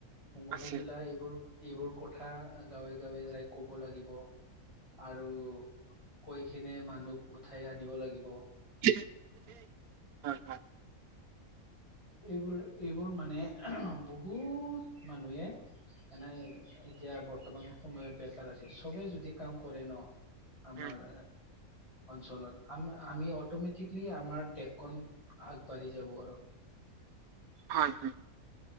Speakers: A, on the left (about 20°); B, on the right (about 85°).
A: সংগঠন
B: হয় আছে
A: বিলাক এইবোৰ, এইবোৰ কথা গাঁৱে গাঁৱে যাই কব লাগিব, আৰু কৈখনে মানুহ উঠাই আনিব লাগিব,
B: <unintelligible> হয় হয়
A: এইবোৰ এইবোৰ মানে বহুত মানুহে এনেই এতিয়া বৰ্তমান সময়ত বেকাৰ আছে চবে যদি কাম কৰে ন আমাৰ
B: উম
A: অঞ্চলত আম আমি অটমেটিকলি আমাৰ দেশখন আগবাঢ়ি যাব আৰ।
B: হয় হয়